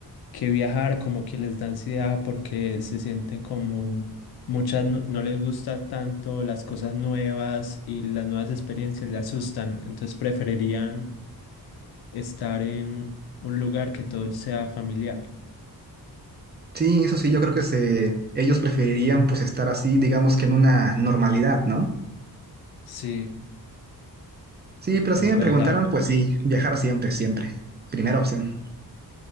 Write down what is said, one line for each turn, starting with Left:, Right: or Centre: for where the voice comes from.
Left: que viajar, como que les da ansiedad porque se sienten como muchas no, no les gusta tanto las cosas nuevas y las nuevas experiencias les asustan, entonces preferirían estar en un lugar que todo sea familiar.
Right: Sí, eso sí, yo creo que se, ellos preferirían pues estar así, digamos que en una normalidad, ¿no?
Left: Sí,
Right: Sí, pero
Left: es
Right: si me
Left: verdad.
Right: preguntaran, pues sí, viajar siempre, siempre. Primera opción.